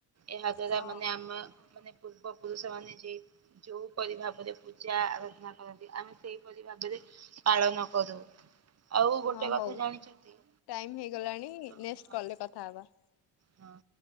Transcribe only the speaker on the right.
ଏହା ଦ୍ଵାରା
ମାନେ ଆମ ମାନେ ପୂର୍ବ ପୁରୁଷ ମାନେ ଯେ ଯୋଉପରି ଭାବରେ ପୂଜା ଆରାଧନା କରନ୍ତି ଆମେ ସେଇପରି ଭାବରେ ପାଳନ କରୁ ଆଉ ଗୋଟେ
କଥା ଜାଣିଛନ୍ତି
ତ
ହଁ
ହଁ।